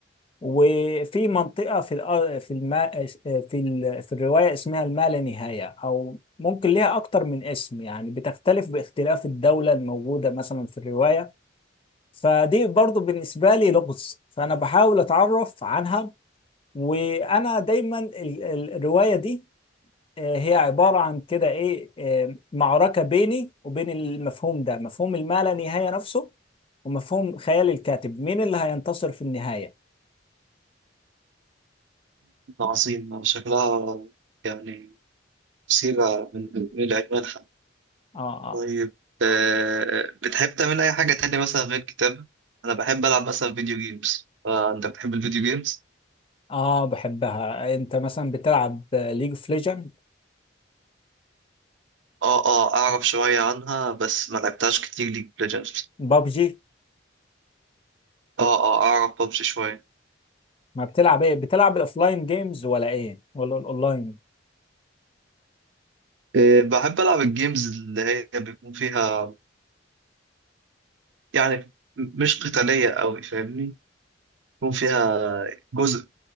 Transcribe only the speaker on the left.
وفي منطقه في الأ- في الما في ال... في الروايه اسمها الما لا نهايه او ممكن ليها اكتر من اسم يعني بتختلف باختلاف الدوله الموجوده مثلا في الروايه فدي برضو بالنسبه لي لغز فانا بحاول اتعرف عنها وانا دايما ال- ال- الروايه دي آه، هي عبارة عن كده إيه آه، معركة بيني وبين المفهوم ده مفهوم الما نهاية نفسه ومفهوم خيال الكاتب مين اللي هينتصر في النهاية
آه آه
آه بحبها أنت مثلا بتلعب ليج اوف ليجند
بابجي
ما بتلعب إيه بتلعب الأوفلاين جيمز ولا إيه ولا الأونلاين